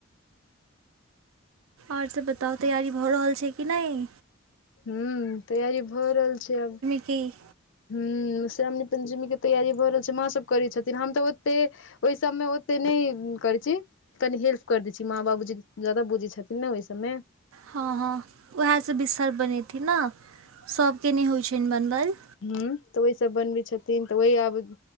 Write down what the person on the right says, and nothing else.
ओर सब बताउ तैयारी भऽ रहल छै कि नहि
की
हँ हँ उएहसँ बिसहारा बनेथिन नऽ सभके नहि होइत छनि बनबल